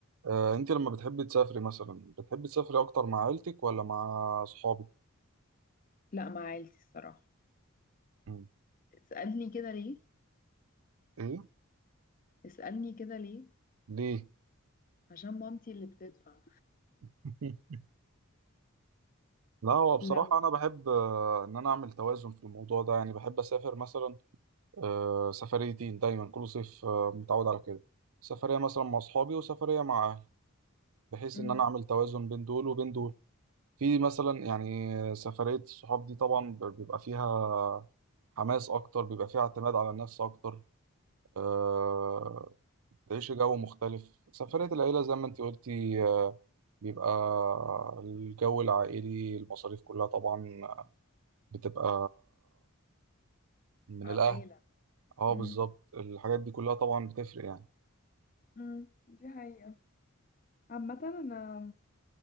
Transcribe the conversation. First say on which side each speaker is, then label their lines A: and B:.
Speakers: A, on the right; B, on the left.
A: آه، أنت لما بتحبي تسافري مثلا بتحبي تسافري أكتر مع عيلتك ولا مع أصحابك؟
B: لا مع عيلتي الصراحة
A: مم.
B: اسألني كده ليه؟
A: إيه؟
B: اسألني كده ليه؟
A: ليه؟
B: عشان مامتي اللي بتدفع
A: <laughs> لا هو بصراحة
B: لو
A: أنا بحب آه، إن أنا أعمل توازن في الموضوع ده يعني بحب أسافر مثلا آه، سفريتين دايما كل صيف آه، متعود على كده سفرية مثلا مع أصحابي وسفرية مع أهلي بحيث
B: مم.
A: إن أنا أعمل توازن بين دول وبين دول في مثلا يعني آه، سفرية الصحاب دي طبعا ب- بيبقى فيها حماس أكتر بيبقى فيها اعتماد على النفس أكتر آه، تعيش جو مختلف سفرية العيلة زي ما أنت قلتي آه، بيبقى الجو العائلي المصاريف كلها طبعا بتبقى من
B: على
A: الاهل
B: العيلة
A: اه
B: مم.
A: بالظبط الحاجات دي كلها طبعا بتفرق يعني
B: مم. دي حقيقة عامة أنا